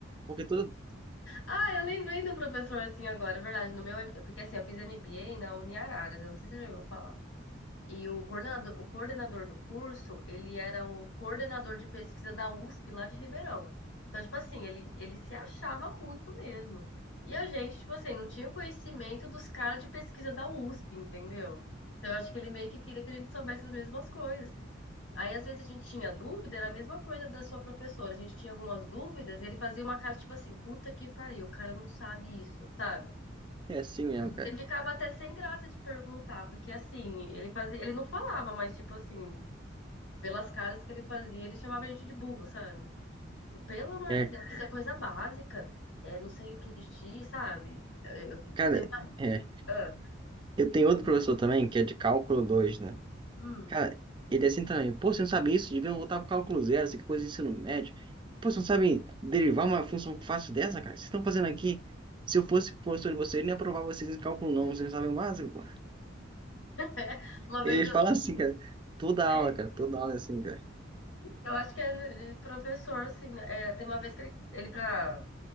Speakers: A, on the right; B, on the left.
A: Porque tudo
B: Ah, eu lembrei do professor assim agora, é verdade. No meu, porque assim, eu fiz MBA na Uniararas, eu não sei se você já ouviu falar. E o coordenador, o coordenador do curso, ele era o coordenador de pesquisa da USP lá de Ribeirão. Então, tipo assim, ele, ele se achava muito mesmo. E a gente, tipo assim, não tinha conhecimento dos caras de pesquisa da USP, entendeu? Então, eu acho que ele meio que queria que a gente soubesse as mesmas coisas. Aí, às vezes, a gente tinha dúvida, era a mesma coisa da sua professora. A gente tinha algumas dúvidas, ele fazia uma cara tipo assim: puta que pariu, o cara não sabe isso, sabe?
A: é assim mesmo, cara.
B: Você ficava até sem graça de perguntar, porque assim, ele fazia, ele não falava, mas tipo assim, pelas caras que ele fazia, ele chamava a gente de burro, sabe? Tipo, pelo amor
A: É,
B: de Deus, isso é coisa básica, é, não sei o que de ti, sabe? Eu- eu-
A: cara.
B: Teve uma,
A: é.
B: ah,
A: Eu tenho outro professor também, que é de cálculo 2, né?
B: hum.
A: Cara, ele é assim também. Pô, você não sabe isso? Devia voltar pro cálculo zero, essa coisa de ensino médio. Pô, você não sabe derivar uma função fácil dessa, cara? O que Vocês estão fazendo aqui? Se eu fosse professor de vocês, eu não ia aprovar vocês em cálculo não, vocês não sabem o básico, pô.
B: <laughs> Uma
A: Ele
B: vez eu,
A: fala assim, cara. Toda
B: é,
A: aula, cara. Toda aula é assim, cara.
B: Eu acho que é de professor, assim, né? É, tem uma vez que ele, ele pra,